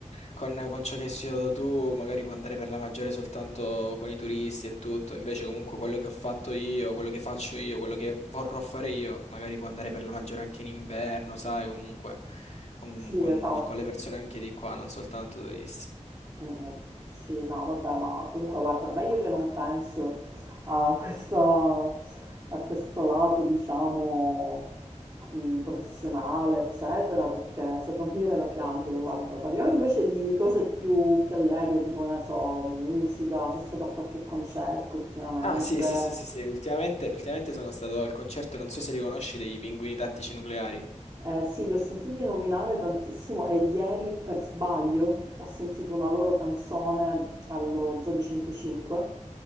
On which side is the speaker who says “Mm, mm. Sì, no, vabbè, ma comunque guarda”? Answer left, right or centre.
Right